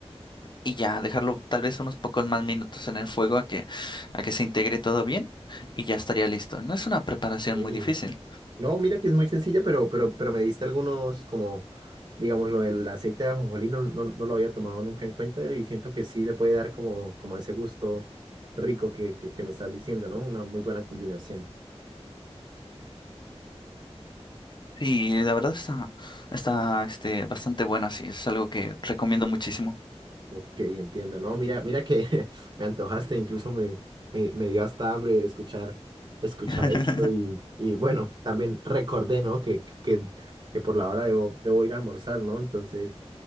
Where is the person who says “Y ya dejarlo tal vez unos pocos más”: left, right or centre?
Left